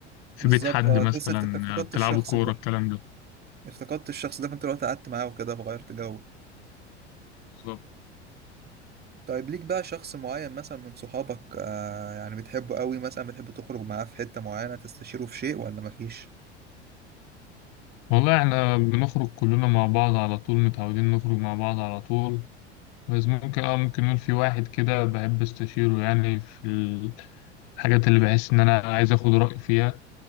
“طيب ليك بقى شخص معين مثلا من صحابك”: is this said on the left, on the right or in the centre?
Right